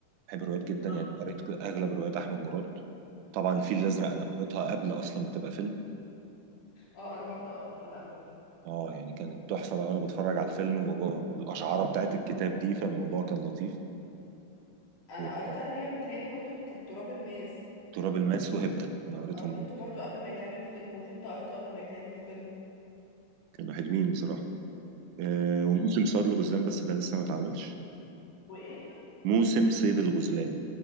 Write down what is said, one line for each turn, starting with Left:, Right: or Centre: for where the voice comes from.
Right: بحب الروايات جدا
Left: اه
Right: يعني قريت اغلب روايات احمد مراد طبعا الفيل الازرق انا قريتها قبل اصلا ما تبقى فيلم
Left: اه أنا برضو قريتها الأول
Right: اه يعني كانت تحفه بقى وانا بتفرج على الفيلم و- والاشعاره بتاعت الكتاب دي فالموضوع كان لطيف
Left: أنا
Right: وتراب
Left: قريتها هي ومتهيألي برضو كانت تراب الماس
Right: الماس وهبده انا قريتهم
Left: قريته برضو قبل ما يتعمل فيلم وهبت قريته قبل ما يتعمل فيلم
Right: كانوا حلوين بصراحه آه
Left: اه
Right: وموسم صياد الغزلان بس ده لسه ما اتعملش
Left: وايه؟
Right: موسم صيد الغزلان